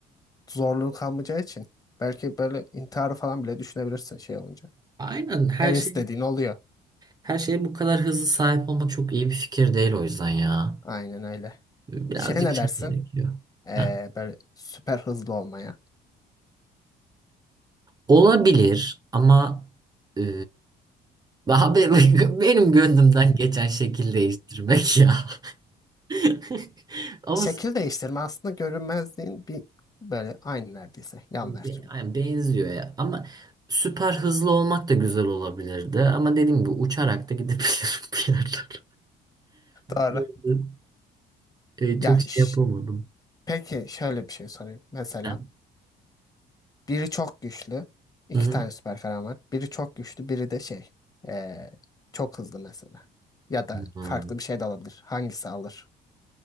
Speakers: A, on the left; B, on the right.
A: zorluğu kalmayacağı için. Belki böyle intiharı falan bile düşünebilirsin şey olunca.
B: Aynen her
A: Her
B: şey
A: istediğin oluyor.
B: her şeye bu kadar hızlı sahip olmak çok iyi bir fikir değil o yüzden ya.
A: Aynen öyle.
B: Birazcık
A: Şey ne
B: şey
A: dersin?
B: gerekiyor.
A: Ee,
B: Ha.
A: böyle süper hızlı olmaya.
B: Olabilir ama e, daha benim, <laughs> benim gönlümden geçen şekil değiştirmek ya. <laughs> Ama
A: Şekil değiştirme aslında görünmezliğin bir böyle aynı neredeyse. Yan
B: Be-
A: versiyonu.
B: yani benziyor ya. Ama süper hızlı olmak da güzel olabilirdi. Ama dediğim gibi uçarak da gidebilirim <laughs> bir yerlere. <laughs>
A: Doğru.
B: O yüzden, e, çok
A: Ya
B: şey
A: ş-
B: yapamadım.
A: peki şöyle bir şey sorayım. Mesela
B: Ha.
A: biri çok güçlü. iki
B: Hı hı.
A: tane süper kahraman var. Biri çok güçlü, biri de şey ee, çok hızlı mesela. Ya da
B: Hı.
A: farklı bir şey de alabilir. Hangisi alır?